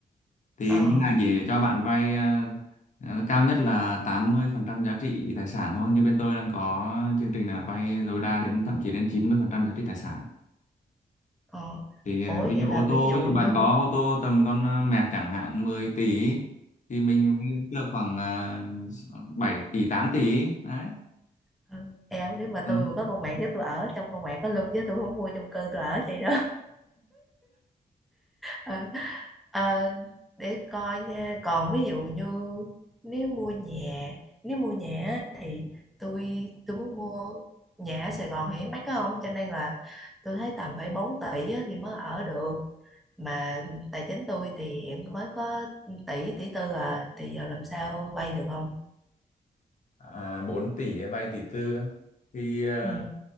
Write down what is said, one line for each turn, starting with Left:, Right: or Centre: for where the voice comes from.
Left: thì
Centre: ờ
Left: ngân hàng chỉ cho bạn vay à, à, cao nhất là 80% giá trị tài sản thôi như bên tôi đang có chương trình là vay tối đa đến thậm chí đến 90% giá trị tài sản
Centre: ờ
Left: thì à,
Centre: ủa
Left: ví
Centre: vậy
Left: dụ
Centre: là
Left: ô tô
Centre: ví dụ
Left: ví dụ
Centre: như
Left: bạn có ô tô tầm con à, Merc chẳng hạn 10 tỷ ý, thì mình vay được khoảng à, 7 tỷ 8 tỷ ý. đấy
Centre: ờ, eo nếu mà
Left: Ừ.
Centre: tôi mà có con mạng với tôi ở trong con mạng có lưng với tôi không mua chung cư tôi ở chị đó Ờ, ờ, để coi nha còn ví dụ như nếu mua nhà nếu mua nhà á, thì tôi tôi muốn mua nhà ở Sài Gòn thì mắc á không cho nên là tôi thấy tầm phải 4 tỷ á thì mới ở được mà tài chính tôi thì hiện mới có tỷ tỷ tư à thì giờ làm sao vay được không
Left: à, 4 tỷ ấy, vay tỷ tư á. thì ờ,
Centre: ừ.